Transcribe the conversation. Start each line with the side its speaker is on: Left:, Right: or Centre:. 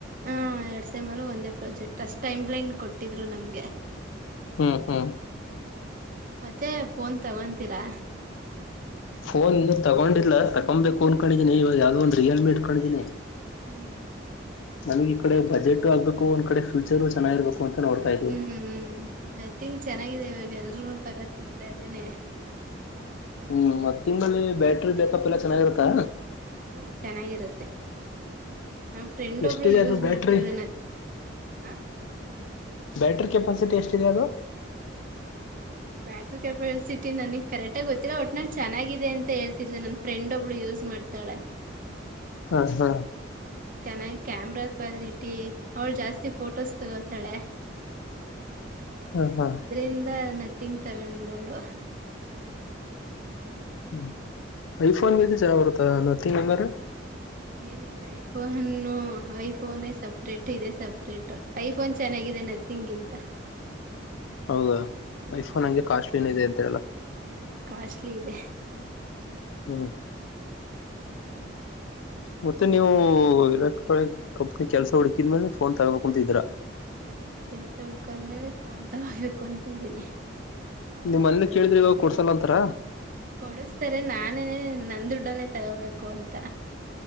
Right: ಹ ಎರಡ್ ಸೆಮ್ ಅಲ್ಲು ಒಂದೇ ಪ್ರಾಜೆಕ್ಟ್. ಪಸ್ಟ್ ಟೈಮ್ ಲೈನ್ ಕೊಟ್ಟಿದ್ರು ನಮ್ಗೆ
Left: ಹಾ ಹಾ
Right: ಮತ್ತೆ ಫೋನ್ ತಗೊಂತೀರಾ
Left: ಫೋನ್ ಇ ತಗೊಂಡಿಲ್ಲ ತಕೊಬೇಕು ಅನ್ಕೊಂಡಿದೀನಿ ಇವಾಗ ಯಾವ್ದೋ ಒಂದ್ ರಿಯಲ್ ಮಿ ಇಟ್ಕೊಂಡಿದೀನಿ
Right: ಹ್ಮ್
Left: ನಮಗ್ ಈ ಕಡೆ ಬಜೆಟು ಆಗ್ಬೇಕು ಒಂದ್ ಕಡೆ ಫ್ಯೂಚರು ಚೆನ್ನಾಗಿ ಇರ್ಬೇಕು ಅಂತ ನೋಡ್ತಾ ಇದೀವಿ
Right: ಹ್ಮ್ ಹ್ಮ್ ಮೆ ತಿಂಗ ಚೆನ್ನಾಗಾಗಿದೆ ಇವಾಗ ಎಲ್ರುೂನು ತಗತ್ತ ತಿದ್ದ್ ತಾಯಿದ್ದೀನಿ
Left: ಹ್ಮ್ ಮತ್ತಿ ತಿಂದಲ್ಲಿ ಬ್ಯಾಟ್ರಿ ಬ್ಯಾಕಪ್ ಎಲ್ಲಾ ಚೆನ್ನಾಗಿರತ್ತಾ
Right: ಹ್ಮ್ ಚೆನ್ನಾಗಿರುತ್ತೆ ನಮ್ಮ ಫ್ರೆಂಡ್ ಒಬ್ಳ
Left: ಎಷ್ಟಿದೆ
Right: ಯೂಸ್
Left: ಅದು ಬ್ಯಾಟ್ರಿ
Right: ಮಾಡ್ತಿದ್ಲು ಹ
Left: ಬ್ಯಾಟ್ರಿ ಕೆಪಾಸಿಟಿ ಎಷ್ಟಿದೆ ಅದು
Right: ಬ್ಯಾಟ್ರಿ ಕೆಪಾಸಿಟಿ ನನಗ್ ಕರೆಕ್ಟಾಗಿ ಗೊತ್ತಿಲ್ಲ ಒಟ್ನ ಚೆನ್ನಾಗಿದೆ ಅಂತ ಹೇಳ್ತಿದ್ ನನ್ನ ಫ್ರೆಂಡ್ ಒಬ್ಳು ಯೂಸ್ ಮಾಡ್ತಾಳೆ
Left: ಹ ಹಾ
Right: ಹ್ಮ್ ಚೆನ್ನಾಗಿ ಕ್ಯಾಮ್ರಾ ಕ್ವಾಲಿಟಿ ಅವಳು ಜಾಸ್ತಿ ಫೋಟೋಸ್ ತಗೋತಾಳೆ
Left: ಹಾ ಹಾ
Right: ಅದ್ರಿಂದ ನ ತಿಂಗ ತಗೊಂಡು ಅವಳು
Left: ಹ್ಮ್ <unintelligible> ಐಫೋನ್ ಕ್ಕಿಂತ ಚೆನ್ನಾಗಿ ಬರುತ್ತ ಆ ನತಿ ನಗರ್
Right: ಏನಿಲ್ಲ ಐಫೋನು ಐಫೋನೇ ಸಪ್ರೇಟ್ ಇದೆ ಸಪ್ರೇಟ್ ಐ ಫೋನ್ ಚೆನ್ನಾಗಿದೆೇ ನೆತಿಗಿಂತ
Left: ಹೌದಾ
Right: ಹ್ಮ್
Left: ಐಫೋನ್ ಹಂಗೆ ಕಾಸ್ಟ್ಲ ಏ ಇದೆ ಹ <unintelligible>
Right: ಅದೇ ಕಾಸ್ಟ್ಲಿ ಇದೆ
Left: ಹ್ಮ್
Right: ಹ್ಮ್
Left: ಮತ್ತೆ ನೀವು ಎಲೆಕ್ಟ್ರಾನಿಕ್ ಕಂಪ್ನಿ ಕೆಲ್ಸ ಹುಡುಕಿದ್ಮೇಲೆ ಫೋನ್ ತಗಬೇಕಕ್ಂತಿದ್ರ
Right: ಹ್ಮ್ ಕೆಲ್ಸ ಹುಡ್ಕೋಾದ್ಮೇಲೆ ಫೋನ್ ತಗಬೇಕು ಅಂತ ಇದ್ದೀನಿ
Left: ನಿಮ್ ಮನಲ್ಲಿ ಕೇಳಿದ್ರೆ ಇವಾಗ ಕೊಡ್ಸಲ್ಲ ಅಂತಾರ
Right: ಕೊಡಸ್ತಾರೆ ನಾನೇ ನಂದ ದುಡ್ಡಲ್ಲೇ ತಗೋಬೇಕು ಅಂತ